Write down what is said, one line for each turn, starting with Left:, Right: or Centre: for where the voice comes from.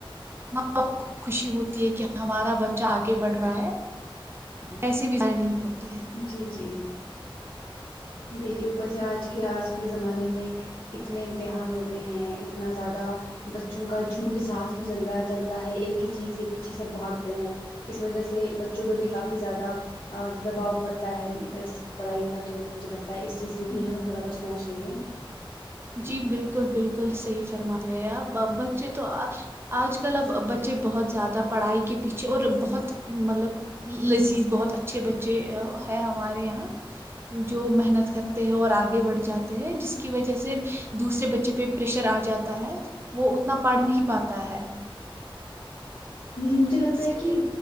Right: ماں باپ کو خوشی ہوتی ہے کہ ہمارا بچہ آگے بڑھ رہا ہے ایسے بھی زہ نہیں ہوتے ہیں
Left: جی جی جی جی جی اوپر سے آج کے آج کل کے زمانے میں اتنے امتحان ہوتے ہیں اتنا زیادہ بچوں کا جھونڈ ساس میں چل رہا چلتا ہے ایک ہی چیز کے پیچھے سب بھاگتے ہیں اس وجہ سے بچوں پہ بھی کافی زیادہ ا دباؤ پڑتا ہے اس پڑھائی کا تو مجھے لگتا ہے اس چیز سے
Right: ہیں
Left: بھی ہمیں تھوڑا بچنا چاہیے
Right: جی بالکل بالکل صحیح فرماتے ہیں بچے تو آ آج کل اب بچے بہت زیادہ پڑھائی کے پیچھے اور بہت مطلب لذیذ بہت اچھے بچے ہے ہمارے یہاں جو محنت کرتے ہیں اور آگے بڑھ جاتے ہیں جس کی وجہ سے دوسرے بچے پہ پریشر آ جاتا ہے وہ اتنا پڑھ نہیں پاتا ہے
Left: جی جی مجھے لگتا
Right: اسی
Left: ہے کہ
Right: لیے